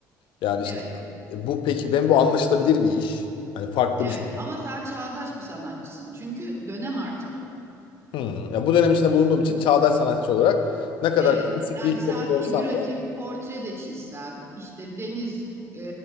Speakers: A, on the left; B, on the right.
A: Yani işte
B: Evet,
A: e, bu peki ben bu anlaşılabilir bir iş. Hani farklı
B: evet
A: bir şey.
B: ama sen çağdaş bir sanatçısın. Çünkü dönem artık o.
A: Hmm. Yani bu dönem içinde bulunduğum için çağdaş sanatçı olarak ne kadar
B: Evet,
A: klasik
B: yani
A: bir iş
B: sen
A: yapıyor olsam
B: figüratif
A: da
B: portre de çizsen, işte deniz, e,